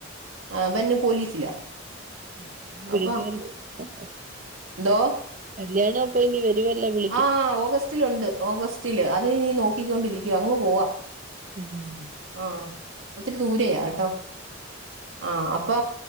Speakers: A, on the right; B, on the right.
A: അവൻ പോലീസിലാ
B: ഉം വിളിക്കല്ലോ
A: അപ്പൊ
B: ആ
A: എന്തോ
B: കല്യാണം അപ്പൊനി വരുവല്ലോ വി
A: ആ ഓഗസ്റ്റിലുണ്ട് ഓഗസ്റ്റില് അത് നീ നോക്കിക്കൊണ്ടിരിക്കുവ അങ്ങ് പോവാ.
B: ഉഹും ഉം
A: ആഹ് ഒത്തിരി ദൂരയാ എട്ടോ ആ അപ്പൊ